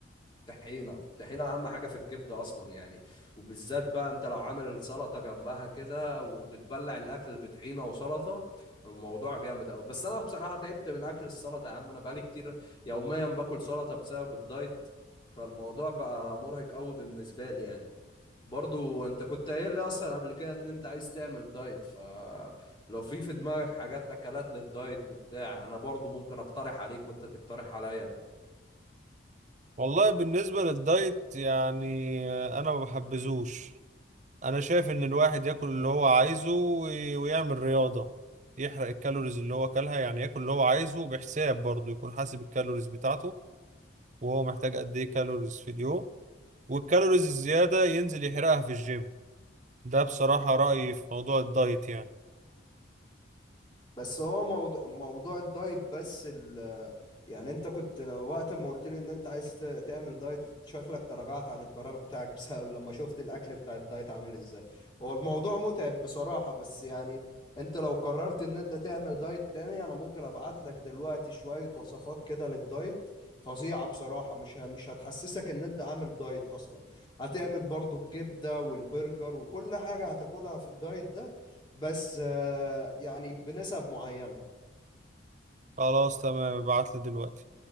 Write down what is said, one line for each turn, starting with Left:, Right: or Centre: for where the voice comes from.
Left: طحينه طحينه اهم حاجه في الكبده اصلا يعني وبالذات بقى انت لو عامل السلطه جنبها كده وبتبلع الاكل بطحينه وسلطه الموضوع جامد قوي بس انا بصراحه تعبت من اكل السلطه يا عم انا بقالي كتير يوميا باكل سلطه بسبب الدايت فالموضوع بقى مرهق قوي بالنسبه لي يعني برضو انت كنت قايل لي اصلا قبل كده ان انت عايز تعمل دايت فلو في في دماغك حاجات اكلات للدايت وبتاع انا برضو ممكن اقترح عليك وانت تقترح عليا
Right: والله بالنسبه للدايت يعني انا ما بحبذوش انا شايف ان الواحد ياكل اللي هو عايزه وي- ويعمل رياضه يحرق الكالوريز اللي هو اكلها يعني ياكل اللي هو عايزه بحساب برضه يكون حاسب الكالوريز بتاعته وهو محتاج قد ايه كالوريز في اليوم والكالوريز الزياده ينزل يحرقها في الجيم ده بصراحه رايي في موضوع الدايت يعني
Left: بس هو موضوع موضوع الدايت بس ال يعني انت كنت لو- وقت ما قلت لي ان انت عايز ت- تعمل دايت شكلك تراجعت عن القرار بتاعك <laughs> بسبب لما شفت الاكل بتاع الدايت عامل ازاي هو الموضوع متعب بصراحة بس يعني انت لو قررت ان انت تعمل دايت تاني انا ممكن ابعت لك دلوقتي شوية وصفات كده للدايت فظيعة بصراحة مش ه- مش هتحسسك ان انت عامل دايت اصلا هتعمل برضو الكبدة والبرجر وكل حاجة هتاكلها في الدايت ده بس آه، يعني بنسب معينة
Right: خلاص تمام ابعتلي دلوقتي